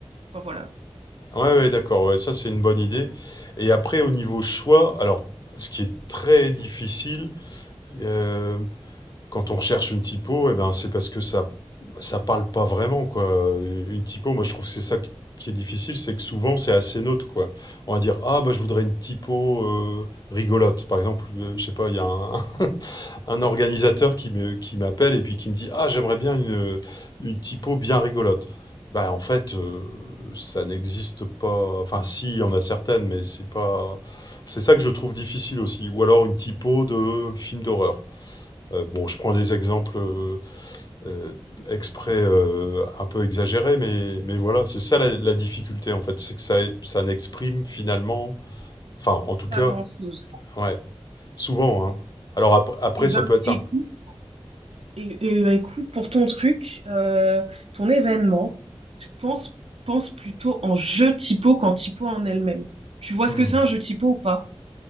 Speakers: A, on the right; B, on the left.
A: enfin, voilà.
B: Ouais, ouais d'accord, ouais, ça c'est une bonne idée et après au niveau choix, alors ce qui est très difficile, euh, Quand on recherche une typo, eh ben, c'est parce que ça ça parle pas vraiment, quoi. Une typo, moi, je trouve que c'est ça qui qui est difficile, c'est que souvent, c'est assez neutre quoi. On va dire, ah, bah, je voudrais une typo euh, rigolote. Par exemple, euh, je sais pas, il y a un, <laughs> un organisateur qui me, qui m'appelle et puis qui me dit, ah, j'aimerais bien une, une typo bien rigolote. Bah, en fait, euh, ça n'existe pas. Enfin, si, il y en a certaines, mais c'est pas. C'est ça que je trouve difficile aussi. Ou alors une typo de film d'horreur. Euh, bon, je prends des exemples euh, euh, exprès euh, un peu exagérés, mais, mais voilà, c'est ça la, la difficulté en fait, c'est que ça, ça n'exprime finalement, enfin en tout
A: Pas
B: cas,
A: grand-chose.
B: ouais, souvent. hein. Alors ap- après,
A: Eh ben,
B: ça peut être
A: écoute,
B: un.
A: et, et ben, écoute, pour ton truc, euh, ton événement, je pense, pense plutôt en jeu typo qu'en typo en elle-même. Tu vois
B: Hmm.
A: ce que c'est un jeu typo ou pas?